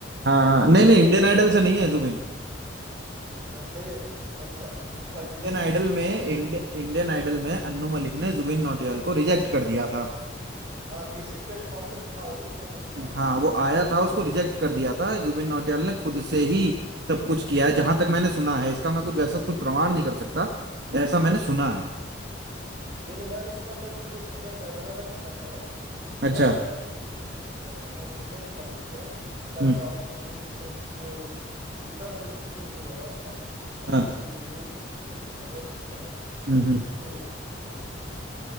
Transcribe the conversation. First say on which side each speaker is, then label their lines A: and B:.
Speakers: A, on the right (about 55°); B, on the right (about 35°).
A: हाँ हाँ। नहीं
B: तो
A: नहीं इंडियन आइडल से नहीं है जुबिन
B: अ, नहीं नहीं वो- अच्छा वो क-
A: इंडियन
B: किसी
A: आइडल
B: किसी
A: में
B: प्लेटफॉर्म
A: इंडियन आइडल में अन्नू
B: किसी,
A: मलिक ने जुबिन नौटियाल को रिजेक्ट कर दिया था
B: हाँ किसी प्लेटफॉर्म पे था वो इतना मुझे मालूम
A: हाँ
B: है जुबिन
A: वो आया
B: के बारे
A: था उसको रिजेक्ट कर दिया था जुबिन नौटियाल ने खुद से ही सब कुछ किया है जहां
B: में। हाँ
A: तक मैंने सुना है इसका मैं कुछ वैसा कुछ प्रमाण नहीं कर सकता ऐसा मैंने सुना
B: हम्म
A: है
B: नहीं नहीं मैंने सुना था कि वो सेकंड रनर अप था शायद
A: अच्छा
B: आ, ही हाँ वो सेकंड था दूसरा शायद
A: हम्म
B: टॉप जो जो जीता था जिसने वो कोई और था आ,
A: हाँ
B: वो जुबीन थे, वो रनर अप थे शायद
A: हम्म हम्म।
B: तो हाँ